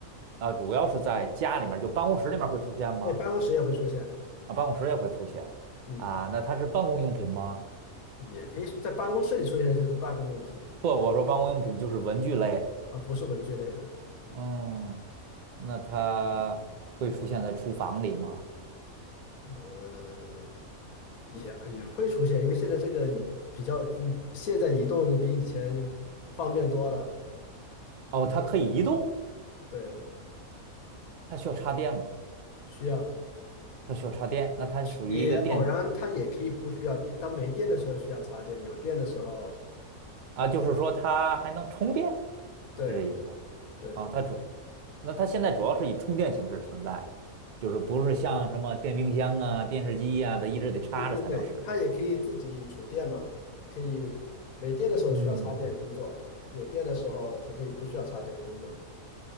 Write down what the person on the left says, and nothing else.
对，办公室也会出现，
嗯，
也可以在办公室里出现，就是办公用品
啊，不是文具类的，
呃，也也会出现，因为现在这个移比较移，现在移动比以前方便多了，
对，
需要
也偶然它也可以不需要电，当没电的时候需要插电，有电的时候，
对
对。
对对对，它也可以自己储电嘛，可以没电的时候需要插电工作，
有电的时候它可以不需要插电工作。